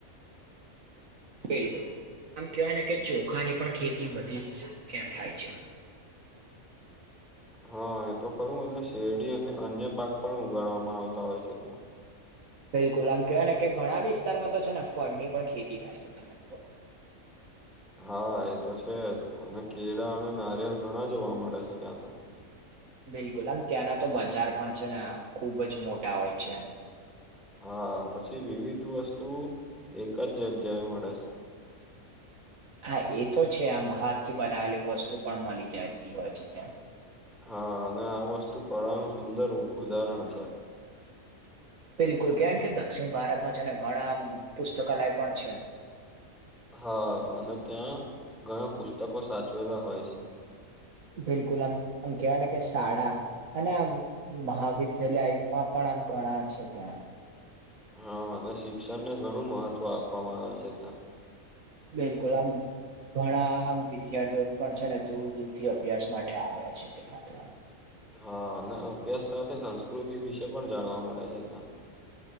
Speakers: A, on the right (about 70°); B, in the centre.
A: બિલકુલ આમ કેવાય ને કે ચોખાની પણ ખેતી બધી જ ત્યાં થાય છે.
B: હા એ તો ખરું અને શેરડી અને અન્ય પાક પણ ઉગાડવામાં આવતા હોય છે ત્યાં
A: બિલકુલ આમ કેહેવાય ને કે ઘણા વિસ્તારમાં તો છે ને ફળ ની પણ ખેતી થાય છે તમને
B: હા એ તો છે જ અને કેળા અને નારિયેલ ઘણા જોવા મળે છે ત્યાં તો
A: બિલકુલ આમ ત્યાંના તો બજાર પણ છે ને આમ ખુબ જ મોટા હોય છે
B: હા પછી વિવિધ વસ્તુ એક જ જગ્યાએ મળે છે.
A: હા એ તો છે આમ હાથ થી બનાવેલી વસ્તુ પણ મળી જતી હોય છે ત્યાં
B: હા અને આ વસ્તુ કળાનું સુંદર ઉદાહરણ છે.
A: બિલકુલ કેમ કે દક્ષિણ ભારતમાં છે ને ઘણા પુસ્તકાલય પણ છે
B: હા અને ત્યાં ઘણા પુસ્તકો સાચવેલા હોય છે
A: બિલકુલ આમ આમ કેવાય ને કે શાળા અને આમ મહાવિદ્યાલયમાં પણ આમ ઘણા છે ત્યાં
B: હા અને શિક્ષણને ઘણું મહત્વ આપવામાં આવે છે ત્યાં
A: બિલકુલ આમ. ઘણા આમ વિદ્યાર્થીઓ પણ છે ને દૂર દૂર થી અભ્યાસ માટે આવ્યા છે ત.
B: હા અને અભ્યાસ સાથે સંસ્કૃતિ વિશે પણ જાણવા મળે છે ત્યાં